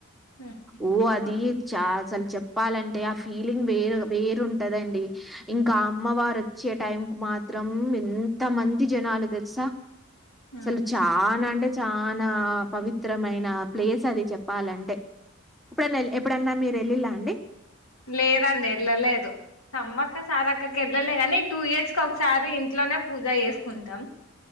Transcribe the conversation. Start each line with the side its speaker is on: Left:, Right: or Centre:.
Left: హ్మ్.
Centre: ఓ అది
Left: అవును
Centre: చా అసలు చెప్పాలంటే ఆ ఫీలింగ్ వేరు వేరుంటదండి ఇంకా అమ్మవారు వచ్చే టైం కు మాత్రం ఎంత మంది జనాలు తెలుసా
Left: హ్మ్.
Centre: అసలు చా అంటే చాలా పవిత్రమైన ప్లేస్ అది చెప్పాలంటే ఇప్పుడన్నా ఎప్పుడన్నా మీరు తెళ్ళలా అండి
Left: లేదండి వెళ్ళలేదు సమ్మక్క సార్ అక్కకి వెళ్ళలే గాని టూ ఇయర్స్ క ఒకసారి ఇంట్లోనే పూజ చేసుకుంటాం